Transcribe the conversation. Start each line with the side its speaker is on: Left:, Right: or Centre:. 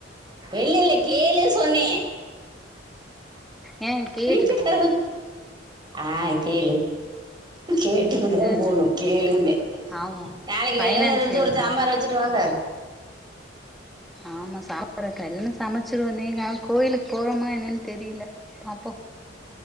Right: இல்லல்ல கேளுன்னு சொன்னே
Centre: ஏ கேட்டுட்டு
Right: வீட்டுக்காரு
Centre: போ
Right: ஆ கேளு கேட்டுட்டுதா
Centre: அ
Right: போணு கேளுன்னே
Centre: ஆமா
Right: நாளைக்கு
Centre: ஃபைனான்ஸ்
Right: வெள்ளன்ன எந்துரிச்சு
Centre: வேணும்ல
Right: ஒரு சாம்பார் வச்சு ட்டு வாங்க
Centre: ஆமா சாப்புட்ற டைல சமச்சிருவ நீங்க அங் கோயிலுக்கு போவோமா என்னனு‌ தெரில பாப்போ